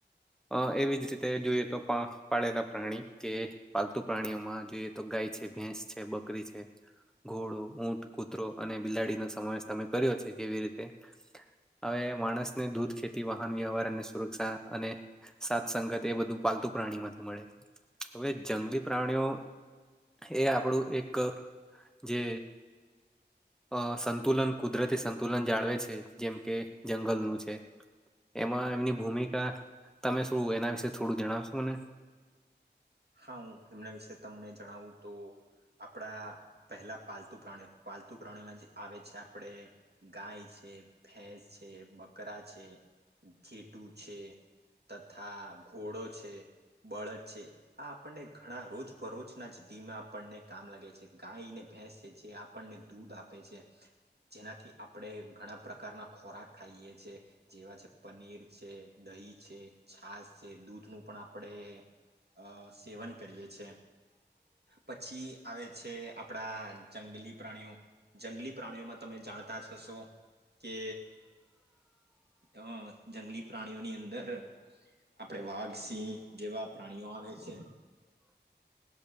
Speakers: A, in the centre; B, on the right.
A: અ એવી જ રીતે જોઈએ તો પાંખ પાડેલા પ્રાણી જે પાલતુ પ્રાણીઓમાં જોઈએ તો ગાય છે, ભેંસ છે, બકરી છે. ઘોડો, ઊંટ, કૂતરો અને બિલાડીનો સમાવેશ તમે કર્યો છે. એવી રીતે અવે માણસને દૂધ ખેત તે વાહન વ્યવહાર અને સુરક્ષા અને સાત સંગત એ બધું પાલતુ પ્રાણી થી મળે. હવે જંગલી પ્રાણીઓ એ આપણું એક જે અ સંતુલન કુદરતી સંતુલન જાળવે છે. જેમ કે જંગલનું છે. એમાં એમની ભૂમિકા તમે શું. એના વિશે થોડું જણાવશો મને?
B: હા હું એમણા વિશે તમને જણાવું તો, આપણા પહેલા પાલતુ પ્રાણીઓ પાલતુ પ્રાણીઓમાં જે આવે છે આપણે ગાય છે, ભેંસ છે, બકરા છે, ઘેટું છે, તથા ઘોડો છે, બળદ છે, આ આપણને ઘણા રોજ બરોજ ના જદીમાં આપણને કામ લાગે છે ગાયને ભેંસ છે જે. આપણને દૂધ આપે છે. જેનાથી આપણે ઘણા પ્રકારના ખોરાક ખાઈએ છીએ. જેવા છે પનીર છે. દહી છે, છાસ છે, દૂધ નું પણ આપણે અ સેવન કરીએ છે. પછી આવે છે, આપણા જંગલી પ્રાણીઓ જંગલી પ્રાણીઓમાં તમે જાણતા જ હશો કે અ જંગલી પ્રાણીઓની અંદર આપણેે વાઘ, સિંહ જેવા પ્રાણીઓ આવે છે.